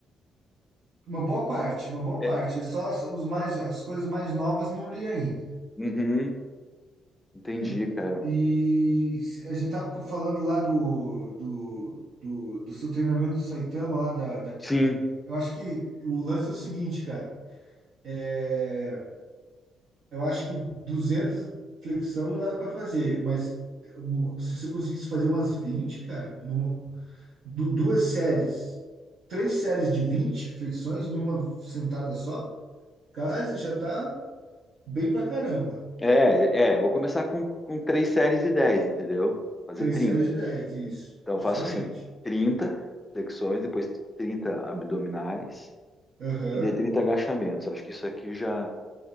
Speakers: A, on the right; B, on the left.
A: Uma boa parte, uma boa
B: É,
A: parte. Só as, os mais, as coisas mais novas não li ainda,
B: uhum, entendi,
A: né?
B: cara.
A: E se- a gente tava com- falando lá do, do, do, do seu treinamento do Saitama lá da, da-
B: Sim.
A: Eu acho que o lance é o seguinte, cara. É, eu acho que 200 flexão não dá para fazer, mas um, se você conseguisse fazer umas 20, cara, numa, du- duas séries, três séries de 20 flexões numa sentada só, cara, você já tá Bem pra caramba.
B: É, é, vou começar com, com três séries de dez entendeu? Fazer
A: Três
B: trinta
A: séries de dez isso,
B: Então eu
A: justamente.
B: faço assim, 30 flexões, depois 30 abdominais
A: Aham.
B: e daí 30 agachamentos. Acho que isso aqui já